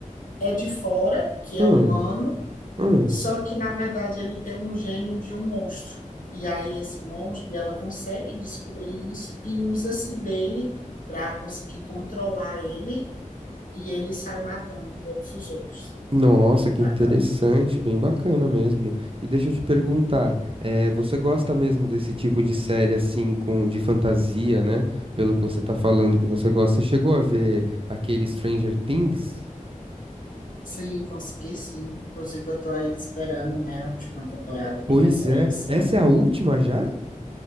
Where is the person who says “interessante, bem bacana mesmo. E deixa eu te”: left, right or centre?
Right